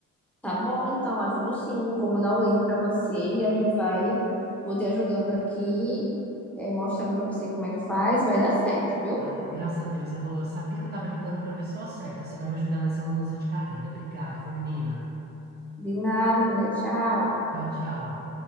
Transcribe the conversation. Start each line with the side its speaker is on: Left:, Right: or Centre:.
Centre: Tá bom, então, ajudo sim. Vou mandar o link pra você e a gente vai. Vou te ajudando aqui, eh, mostrando pra você como é que faz. Vai dar certo, viu?
Right: Ah, graças a Deus, Elô. Eu sabia que eu tava ligando pra pessoa certa. Você vai me ajudar nessa mudança de carreira. Obrigado, viu, menina?
Centre: De nada, mulher. Tchau.
Right: Tchau, tchau.